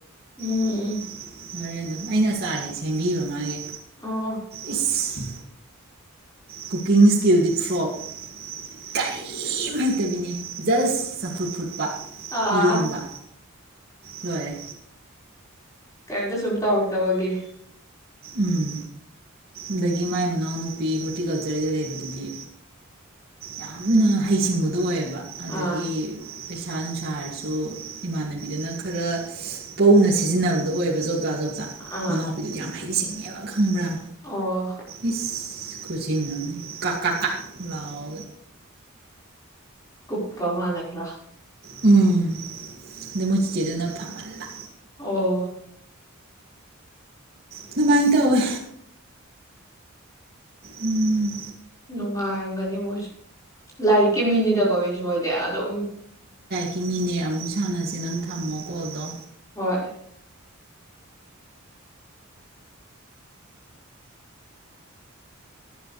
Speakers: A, on the left; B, on the right.
A: ꯎꯝ
B: <unintelligible>
A: ꯎꯝ
B: <unintelligible> ꯑꯗꯨꯝ ꯑꯩꯅ ꯑꯆꯥꯔ ꯍꯦꯛ ꯁꯦꯝꯕꯤꯕ ꯃꯥꯒꯤ
A: ꯑꯣ
B: ꯏꯁ ꯀꯨꯀꯤꯡ ꯁ꯭ꯀꯤꯜꯗꯤ ꯐ꯭ꯔꯣꯞ ꯀꯔꯤꯝ ꯍꯩꯇꯕꯤꯅꯦ ꯖꯁ ꯆꯝꯐꯨꯠ ꯐꯨꯠꯄ
A: ꯑꯥ
B: ꯏꯔꯣꯟꯕ ꯂꯣꯏꯔꯦ
A: ꯀꯩꯝꯇ ꯁꯨꯝ ꯇꯧꯔꯛꯇꯕꯒꯤ
B: ꯎꯝ ꯑꯗꯒꯤ ꯃꯥꯏ ꯃꯅꯥꯎꯅꯨꯄꯤ ꯍꯣꯔꯇꯤꯀꯜꯆꯔꯒꯤꯗ ꯂꯩꯕꯗꯗꯤ ꯌꯥꯝꯅ ꯍꯩꯁꯤꯡꯕꯗꯣ ꯑꯣꯏꯌꯦꯕ ꯑꯗꯒꯤ
A: ꯑꯥ
B: ꯄꯩꯁꯥ ꯄꯩꯥ ꯅꯨꯡꯁꯥ ꯍꯥꯏꯔꯁꯨ ꯏꯃꯥꯟꯅꯕꯤꯗꯨꯅ ꯈꯔ ꯄꯧꯅ ꯁꯤꯖꯤꯟꯅꯕꯗꯣ ꯑꯣꯏꯕ ꯣ
A: ꯑꯥ
B: <unintelligible> ꯃꯅꯥꯎꯄꯤꯗꯨꯗꯤ ꯌꯥꯝ ꯍꯩꯁꯤꯡ <unintelligible> ꯈꯪꯕ꯭ꯔꯥ
A: ꯑꯣ
B: ꯏꯁ ꯈꯨꯆꯤꯡ ꯑꯃꯅꯤ ꯀ ꯀꯥ ꯀꯥ ꯂꯥꯎ
A: ꯀꯨꯄꯥ ꯃꯥꯅꯈ꯭ꯔꯥ
B: ꯎꯝ ꯃꯣꯏ ꯆꯦꯗꯨꯅ ꯐꯃꯂꯕ
A: ꯑꯣ
B: ꯑꯗꯨꯃꯥꯏꯅ ꯇꯧꯋꯦ ꯎꯝ
A: ꯅꯨꯡꯉꯥꯏꯔꯝꯒꯅꯤ ꯃꯣꯏꯁꯨ ꯂꯥꯏꯔꯤꯛ ꯀꯤꯃꯤꯅꯤꯗꯀꯣ ꯃꯤꯁꯨ ꯃꯣꯏꯗꯤ ꯑꯗꯨꯝ
B: ꯇꯨꯝꯅꯤꯉꯦ ꯑꯃꯨꯛ ꯁꯥꯟꯅꯁꯤ ꯅꯪ ꯊꯝꯃꯣ ꯀꯣꯜꯗꯣ
A: ꯍꯣꯏ